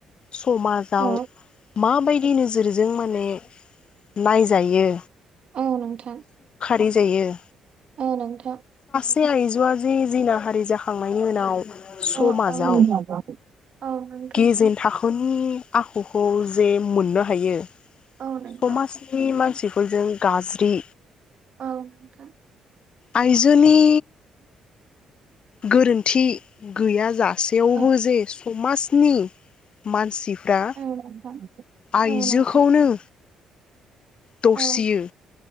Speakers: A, on the left (about 50°); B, on the right (about 60°).
A: समाजाव
B: औ
A: माबायदि नोजोरजों माने नायजायो।
B: औ नोंथां
A: रि जायो।
B: औ नोंथां
A: से आइजोआजे जिनाहारि जाखांनायनि उनाव
B: औ
A: समाजाव
B: औ औ नोंथां औ नोंथां
A: गेजेन थाखोनि आखुखौ जे मोननो हायो।
B: औ नोंथां
A: समाजनि मानसि बिखौ जों गाज्रि
B: औ नोंथां
A: आयजोनि गोरोन्थि गैया जा सेयावबो
B: औ
A: जे समाज नि मानसिफ्रा
B: औ नोंथां
A: आइजोखौनो
B: औ नोंथां
A: दुसियो।
B: औ